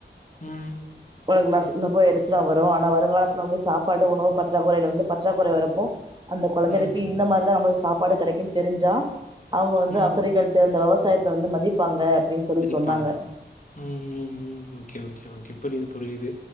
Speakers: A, on the left; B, on the right.
A: ம்
B: உங்களுக்கு நா சொல்லுறப்ப எரிச்சலா வரு ஆனா வருங்காலத்துல வந்து சாப்பாடு உணவு பற்றாக்குறையில வந்து பற்றாக்குறை வரப்போ அந்த கொழந்தைளுக்கு
A: ம்,
B: இந்த மாதிரிதா நம்ம சாப்பாடு கிடைக்கும்ன் தெரிஞ்சா அவங்க வந்து
A: ம்.
B: அக்ரிகல்ச்சர் இந்த விவசா யத்த வந்து மதிப்பாங்க அப்டின்னு சொல்லி
A: மதிப்பாங்க
B: சொன்னாங்க
A: ம் ம் ம் ஓகே ஓகே ஓகே புரியுது புரி புரியுது